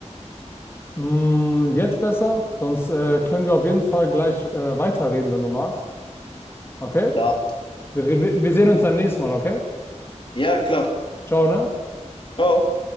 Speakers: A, on the left; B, on the left.
A: Mm, jetzt besser? Sonst äh, können wir auf jeden Fall gleich äh, weiterreden, wenn du magst. Okay?
B: Klar.
A: Wir, wir, wir sehen uns dann nächstes Mal, okay?
B: Ja, klar.
A: Ciao, ne?
B: Ciao.